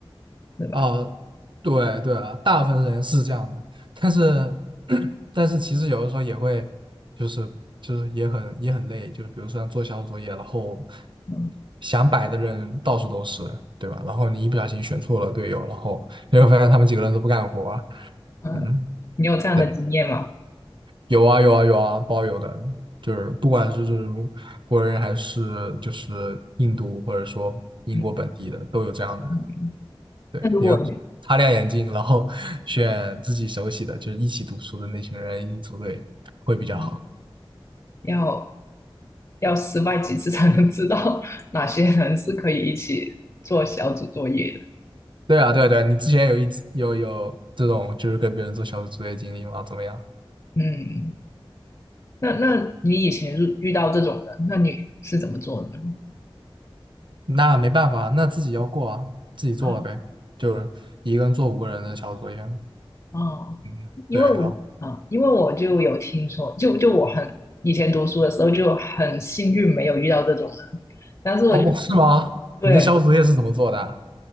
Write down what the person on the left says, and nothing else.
对吧？
嗯
嗯，
你有这样的经验吗？
嗯
嗯。
那如果你
嗯要要失败几次才能知道 <laughs> 哪些人是可以一起做小组作业的？
嗯，那那你以前遇遇到这种人，那你是怎么做的呢？
啊？
哦，
因为我啊，
因为我就有听说，就就我很以前读书的时候就很幸运没有遇到这种人，但是我就
对